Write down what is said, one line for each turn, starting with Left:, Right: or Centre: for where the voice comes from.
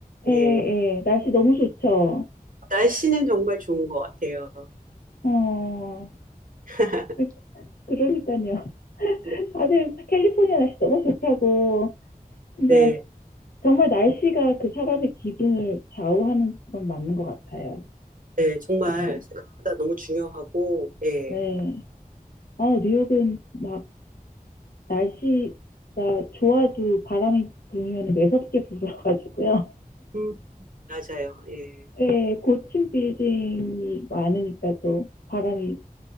Left: 예,
Right: 예.
Left: 예. 날씨 너무 좋죠.
Right: 날씨는 정말 좋은 것 같아요.
Left: 어,
Right: <laughs>
Left: 그, 그러니까요.
Right: 네,
Left: 아주 캘리포니아 날씨 너무 좋다고. 근데
Right: 네,
Left: 정말 날씨가 그 사람의 기분을 좌우하는 건 맞는 것 같아요.
Right: 네, 정말
Left: 네.
Right: 생각보다 너무 중요하고, 예,
Left: 네. 아, 뉴욕은 막 날씨가 좋아도 바람이 불면 매섭게 불어가지고요.
Right: 음, 맞아요, 예,
Left: <laughs> 네, 고층 빌딩이 많으니까 또 바람이,